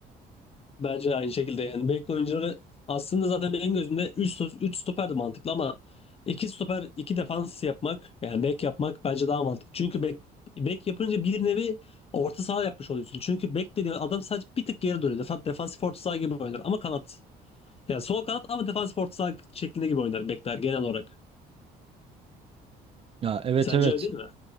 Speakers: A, on the left (about 35°); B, on the right (about 35°).
A: Bence aynı şekilde yani bek oyuncuları aslında zaten benim gözümde 3 3 stoper de mantıklı ama 2 stoper 2 defans yapmak yani bek yapmak bence daha mantıklı. Çünkü bek bek yapınca bir nevi orta saha yapmış oluyorsun. Çünkü bek dediğin adam sadece bir tık geri duruyor. Defa, defansif orta saha gibi oynar ama kanat. Yani sol kanat ama defansif orta saha şeklinde gibi oynar bekler genel olarak.
B: Ya evet
A: Sence
B: evet
A: öyle değil mi?